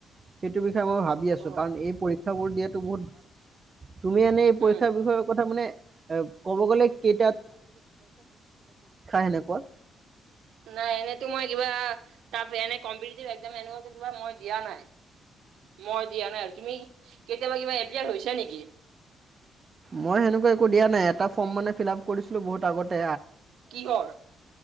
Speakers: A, on the right; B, on the right.
A: সেইটো বিষয়ে মই ভাবি আছো
B: অ',
A: কাৰণ এই পৰীক্ষাবোৰ দিয়াত ভ তুমি এনে পৰক্ষ
B: উম।
A: বিষয় কথা মানে ক'ব গলে কেই সেনেকুৱা
B: নাই এনেই তোমই কিবা তাৰ এনে কম্পিটিভ এক্সাম এনেকুৱা কিবা মই দিয়া নাই। মই দিয়া নাই তুমি কেতিয়াবা কিবা এপ্লাই হৈছে নেকি।
A: মই সেনেকুৱা একো দিয়া নাই। এটা ফৰ্ম মানে ফিল আপ কৰিছিলোঁ বহুত আগতে
B: কিহৰ?